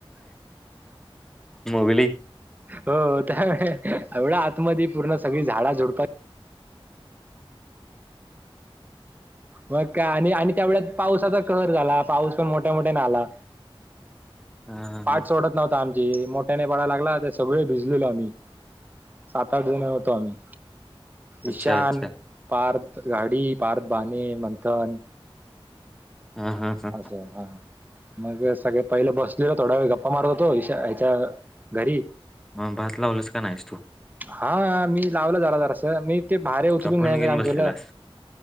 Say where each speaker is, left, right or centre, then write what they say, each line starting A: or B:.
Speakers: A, in the centre; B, on the right (about 20°).
A: मोगली
B: हो त्या एवढ्या आतमध्ये पूर्ण सगळी झाडा झुडपात मग का आणि आणि त्या व पाऊसाचा कहर झाला पाऊस पण मोठ्या मोठ्यान इ नाही आला
A: हा हा
B: पाठ
A: हा
B: सोडत नव्हता आ जे मोठ्याने पाडाया लागला ते सगळे भिजलेलो आम्ही सात आठ जण होतो आम्ही
A: अच्छा
B: ईशान
A: अच्छा
B: पार्थ गाडी पार्थ बाणे मंथन
A: हा हा हा
B: अस हा मग सगळे पहिले बसलेलो थोडा वेळ गप्पा मारत होतो ह्याच्या घरी
A: हा भात लावलस का नाहीस तू
B: हा मी लावलं जरा जरास मी ते भारे उचलून
A: का फोन
B: नेयाचं
A: घेऊन
B: काम
A: बसलेलास
B: केलं